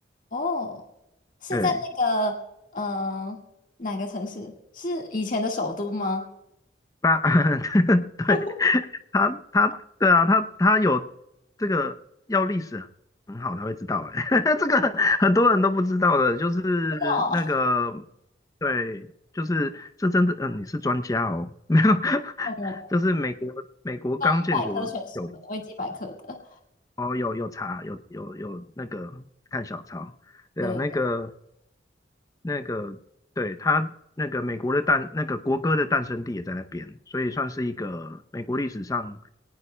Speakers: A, on the left; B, on the left.
A: 哦，是在那个呃哪个城市？
B: 对，
A: 是以前的首都吗？
B: 巴，<laughs> 对，
A: <laughs> 真
B: 他他对啊，他他有这个要历史很好才会知道，哎，<laughs> 这个很多人都不知道的，就是那个
A: 的
B: 对，就是这真的，嗯、你是专家哦，<laughs> 没有，
A: 哦，没有没有，
B: 就是美国美国刚建国有。
A: 刚百科全书的，维基百科的。
B: 哦，有有查，有有有那个看小抄，对啊，
A: 对，
B: 那个那个对他那个美国的诞那个国歌的诞生地也在那边，所以算是一个美国历史上